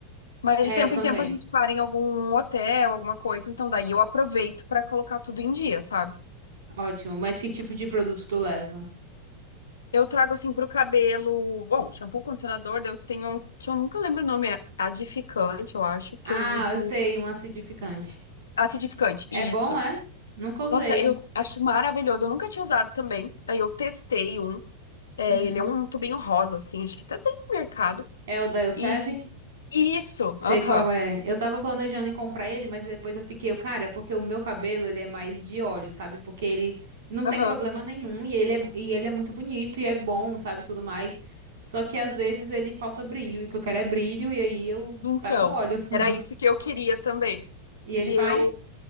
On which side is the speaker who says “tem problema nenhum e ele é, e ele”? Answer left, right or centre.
Right